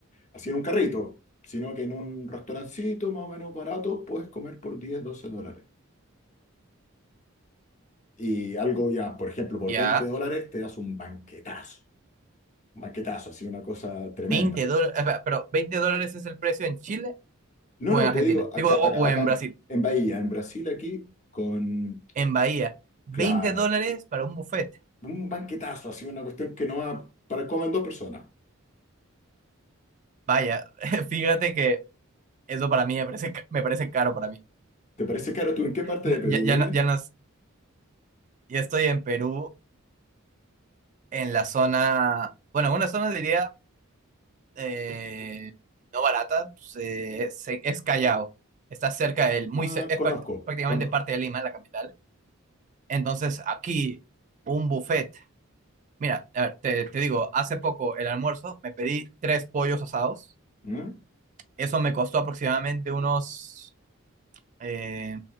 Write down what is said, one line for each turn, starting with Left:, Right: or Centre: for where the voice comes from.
Left: así en un carrito, sino que en un restaurancito más o menos barato, puedes comer por 10 12 dólares. Y algo ya, por ejemplo, por
Right: ya.
Left: 20 dólares te das un banquetazo, un banquetazo, así una cosa tremenda.
Right: veinte dólares. Pero, veinte dólares es el precio en Chile
Left: No,
Right: o
Left: no,
Right: en Argentina?
Left: te digo, acá,
Right: Digo, o,
Left: acá,
Right: o
Left: acá
Right: en
Left: en,
Right: Brasil.
Left: en Bahía, en Brasil, aquí, con,
Right: En Bahía. veinte
Left: claro,
Right: dólares para un buffet.
Left: un banquetazo, así una cuestión que no va para comer dos personas.
Right: Vaya, <laughs> fíjate que eso para mí me parece, ca- me parece caro para mí.
Left: ¿Te parece caro tú en qué parte
Right: N-
Left: de Perú
Right: Ya, ya,
Left: vives?
Right: no- ya, no- ya estoy en Perú en la zona, bueno, en una zona diría eh, no barata, se- se- es Callao. Está cerca del, muy,
Left: Ah,
Right: cer- es
Left: conozco,
Right: prac- prácticamente
Left: conozco.
Right: parte de Lima, la capital. Entonces, aquí, un buffet. Mira, a ver, te, te digo, hace poco el almuerzo me pedí tres pollos asados.
Left: ¿Mm?
Right: Eso me costó aproximadamente unos eh,